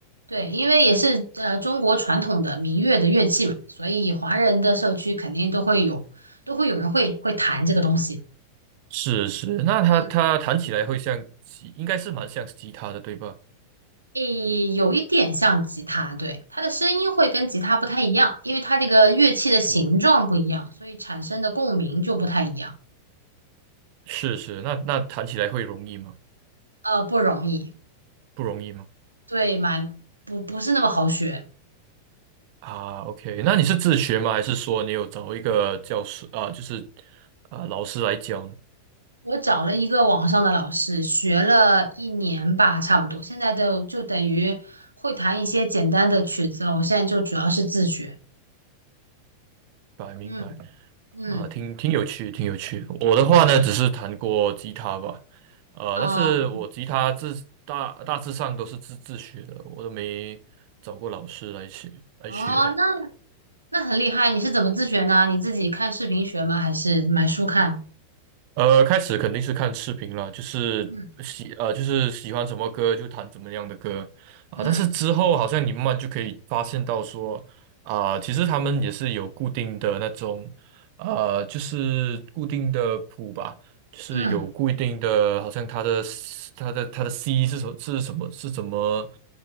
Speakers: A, on the right (about 80°); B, on the right (about 45°).
A: 对，因为也是呃中国传统的民乐的乐器嘛，所以华人的社区肯定都会有，都会有人会会弹这个东西。
B: 是是，那它它弹起来会像吉，
A: 嗯。
B: 应该是蛮像吉他的，对吧？
A: 诶，有一点像吉他，对，它的声音会跟吉他不太一样，因为它这个乐器的形状不一样，
B: 是。
A: 所以产生的共鸣就不太一样。
B: 是是，那那弹起来会容易吗？
A: 呃，不容易，
B: 不容易吗？
A: 对，蛮不不是那么好学。
B: 啊，OK，那你是自学吗？还是说你有找一个教师啊，就是啊老师来教呢？
A: 我找了一个网上的老师，学了一年吧，差不多，现在就就等于会弹一些简单的曲子了。我现在就主要是自学。
B: 明白明白
A: 嗯嗯，
B: 啊，挺挺有趣，挺有趣。我的话呢，
A: 对，
B: 只是弹过吉他吧，呃，
A: 啊、
B: 但是我吉他自大大致上都是自自学的，我都没找过老师来学来学。
A: 哦，那那很厉害，你是怎么自学呢？你自己看视频学吗？还是买书看？
B: 呃，开始肯定是看视频了，就是喜呃，
A: 嗯。
B: 就是喜欢什么歌就弹怎么样的歌啊。
A: 嗯
B: 但是之后好像你慢慢就可以发现到说啊，其实他们也是有固定的那种呃，就是固定的谱吧，就是有固定的，
A: 嗯
B: 好像它的 C- 它的它的 C 是什么是什么是怎么